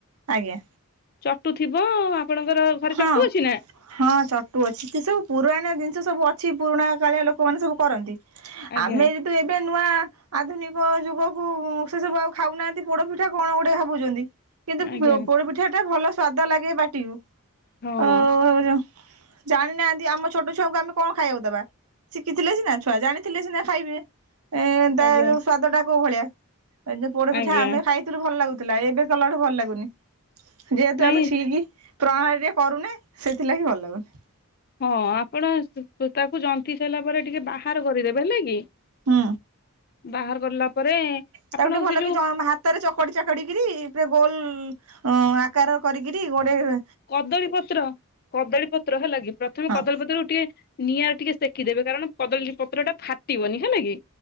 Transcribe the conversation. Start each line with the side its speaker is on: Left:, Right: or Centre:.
Right: ଆଜ୍ଞା।
Left: ଚଟୁ ଥିବ ଆପଣଙ୍କର ଘରେ
Right: ହଁ।
Left: ଚଟୁ ଅଛି ନା?
Right: ହଁ ଚଟୁ ଅଛି। ସେ ସବୁ ପୁରଣିଆ ଜିନିଷ ସବୁ ଅଛି। ପୁରୁଣା କାଳିଆ ଲୋକମାନେ ସବୁ କରନ୍ତି।
Left: ଆଜ୍ଞା
Right: ଆମେ ଜେହେତୁ ଏବେ ନୂଆ ଆଧୁନିକ ଯୁଗକୁ ସେ ସବୁ ଆଉ ଖାଉନାହାନ୍ତି ପୋଡପିଠା କଣ ଗୋଟେ ଭାବୁଛନ୍ତି। କିନ୍ତୁ
Left: ଆଜ୍ଞା
Right: ପୋ ପୋଡ଼ପିଠା ଟା ଭଲ ସ୍ୱାଦ ଲାଗେ ପାଟିକୁ।
Left: ହଁ।
Right: ହୋଉ ଭାଉଜ ଜାଣିନାହାନ୍ତି ଆମ ଛୋଟ ଛୁଆଙ୍କୁ ଆମେ କଣ ଖାଇବାକୁ ଦବା। ଶିଖିଥିଲେ ସିନା ଛୁଆ ଜାଣିଥିଲେ ସିନା ଖାଇବେ। ଏ ତା
Left: ଆଜ୍ଞା
Right: ଯୋଉ ସ୍ଵାଦ ଟା କୋଉ ଭଳିଆ ଏ ଯୋଉ ପୋଡ ପିଠା
Left: ଆଜ୍ଞା
Right: ଆମେ ଖାଇ ଭଲ ଲାଗୁଥିଲା ଏବେ କଲାଠୁ ଭଲ ଲାଗୁନି ଯେହେତୁ
Left: ନାଇଁ
Right: ଆମେ ଠିକ୍ ପ୍ରଣାଳୀ ରେ କରୁନେ ସେଥିଲାଗି ଭଲ ଲାଗୁନି।
Left: ହଁ ଆପଣ ତାକୁ ଜନ୍ତି ସାରିଲା ପରେ ଟିକେ ବାହାର କରିଦେବେ ହେଲା କି।
Right: ହୁଁ।
Left: ବାହାର ଗଲା ପରେ
Right: ତାକୁ
Left: ଆପଣଙ୍କ
Right: ଟିକେ ଭଲ
Left: ସେ ଯୋଉ
Right: କି ଜମ୍ ହା ତରେ ଚକଡି ଚାକଡି କରିରି ପା ଗୋଲ ଆକାର କରିକରି ଗଡେଇବେ।
Left: କଦଳୀ ପତ୍ର କଦଳୀ ପତ୍ର ହେଲା କି ପ୍ରଥମେ
Right: ହଁ
Left: କଦଳୀପତ୍ର ଟିକିଏ ନିଆଁ ରେ ଟିକେ ସେଖିଦେବେ କାରଣ କଦଳୀ ପତ୍ର ଟା ଫାଟିବନି ହେଲା କି।